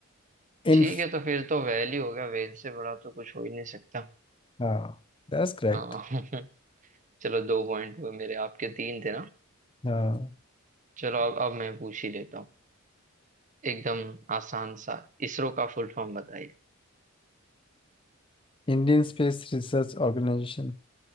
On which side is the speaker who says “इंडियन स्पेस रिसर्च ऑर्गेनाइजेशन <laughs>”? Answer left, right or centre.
Left